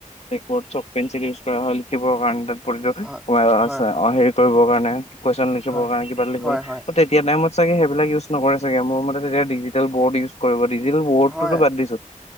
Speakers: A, on the left; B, in the centre.
A: ব্লেকবৰ্ড চক পেঞ্চিল ইউজ কৰা হয় লিখিব কাৰণে। <unintelligible>
B: হয়
A: সোমাই আছে
B: হয় হয়
A: অ হেৰি কৰিবৰ কাৰণে কুৱেশন লিখিবৰ
B: হয়
A: কাৰনে কিবা লিখিবলে
B: হয় হয়
A: তেতিয়া টাইমত চাগে সেইবিলাক উজ নকৰে চাগে মোৰ মতে তেতিয়া ডিজিটেল বৰ্ড ইউজ কৰিব। ডিজিটেল বৰ্ডটোতো
B: হয়
A: বাদ দিছো